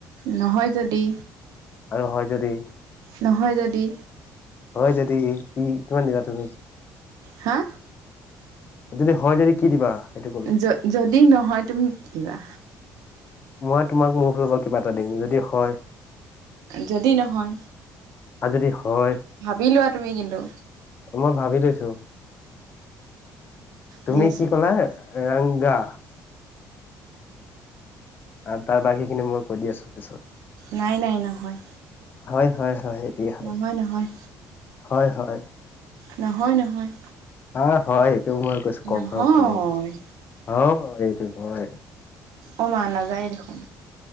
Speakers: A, on the right; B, on the left.
A: নহয় যদি?
B: আৰু হয় যদি?
A: নহয় যদি?
B: হয় যদি, কি-কিমান দিবা তুমি?
A: হা?
B: আৰু যদি হয় যদি কি দিবা? সেইটো ক'লো
A: য-যদি নহয় তুমি কি দিবা?
B: মই তোমাক মোৰ ফালৰ পৰা কিবা এটা দিম, যদি হয়।
A: যদি নহয়?
B: আৰু যদি হয়
A: ভাৱি লোৱা তুমি কিন্তু।
B: মই ভাবি লৈছো তুমি
A: দি আছো
B: কি ক'লা, ৰাংগা? আৰু তাৰ বাকীখিনি মই কৈ দি আছোঁ পিছত।
A: নাই নাই নহয়
B: হয় হয় হয়, সেইটোৱেই হয়,
A: নহয় নহয়
B: হয় হ হয়।
A: নহয় নহয়।
B: অ হয় এইটো মই কৈছোঁ কনফাৰ্ম
A: নহয়
B: হয় এইটো অ এইটো হয়।
A: অ মা নাযায় দেখোন।